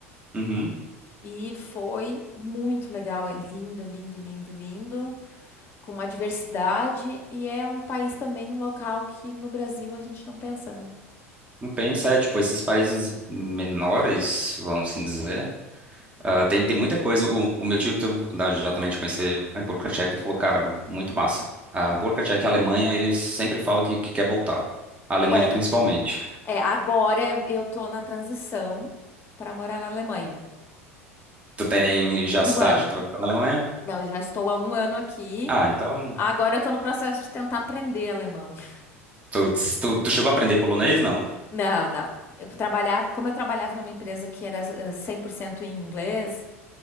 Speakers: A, on the right; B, on the left.
A: Uhum.
B: e foi muito legal. É lindo, lindo, lindo, lindo, com uma diversidade e é um país também, um local que no Brasil a gente não pensa, né?
A: Não pensa, é, tipo, esses países menores, vamos assim dizer. Ah, tem, tem muita coisa. O, o meu tio teve a oportunidade já também de conhecer a República Tcheca e falou, cara, muito massa. A República Tcheca e a Alemanha, eles sempre falam que, que quer voltar. A Alemanha
B: É,
A: principalmente.
B: É, agora eu eu tô na transição para morar na Alemanha.
A: Tu tem já
B: Um
A: a cidade
B: ano.
A: que tu vai ficar na Alemanha?
B: Não, já estou há um ano aqui.
A: Ah, então.
B: Agora eu tô no processo de tentar aprender alemão. <laughs>
A: Tu, tu, tu chegou a aprender polonês? Não.
B: Não, não. Eu trabalhava, como eu trabalhava numa empresa que era eh, 100% em inglês,